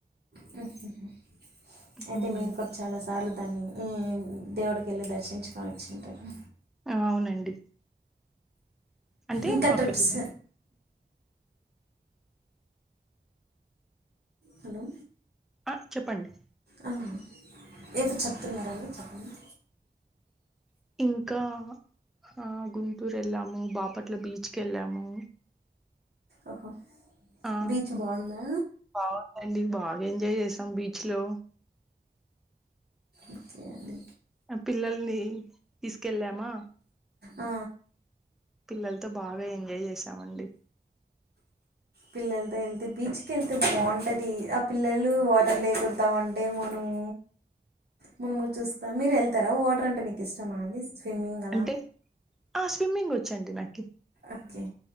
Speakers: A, on the right; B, in the centre.
A: హు హమ్
B: హ్మ్
A: అయితే మీరు కూడా చాలా సార్లు దాన్ని ఉం దేవుడికి వెళ్ళి దర్శించుకొని వచ్చింటారు
B: ఆ అవునండి అంటే
A: ఇంకా
B: మా
A: ట్రిప్స్
B: పెళ్ళై
A: హలో
B: ఆ చెప్పండి
A: ఆ ఏదో చెప్తున్నారండి చెప్పండి
B: ఇంకా ఆ గుంటూరు వెళ్ళాము బాపట్ల బీచ్ కి వెళ్ళాము
A: ఓహో
B: ఆ
A: బీచ్ బాగుందా
B: బాగుందండి బాగా ఎంజాయ్ చేసాం బీచ్ లో
A: ఓకే అండి
B: ఆ పిల్లల్ని తీసుకెళ్ళామా
A: ఆ
B: పిల్లలతో బాగా ఎంజాయ్ చేసామండి
A: పిల్లలతో వెళ్తే బీచ్కి వెళ్తే బాగుంటది అది ఆ పిల్లలు వాటర్ లే కుంటా ఉంటే మనము మునుము చూస్తా మీరు వెళ్తారా వాటర్ అంటే మీకు ఇష్టమా అండి స్విమ్మింగ్ అలా
B: అంటే ఆ స్విమ్మింగ్ వచ్చండి నాకి
A: ఓకే